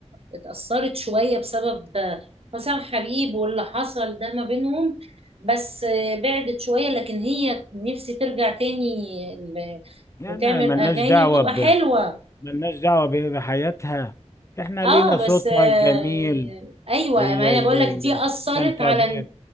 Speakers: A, on the right; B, on the left.
A: اتأثرت شوية بسبب حسام حبيب واللي حصل ده ما بينهم بس بعدت شوية لكن هي نفسي ترجع تاني ل-
B: يعني
A: وتعمل
B: ملناش
A: أغاني
B: دعوة
A: وتبقى
B: ب
A: حلوة
B: ملناش دعوة ب- بحياتها احنا
A: اه
B: لينا صوتها
A: بس آه،
B: الجميل
A: ايوه
B: اللي
A: ما انا
B: اللي-
A: بقول لك
B: اللي
A: دي اثرت
B: بتستمتع
A: على
B: بيه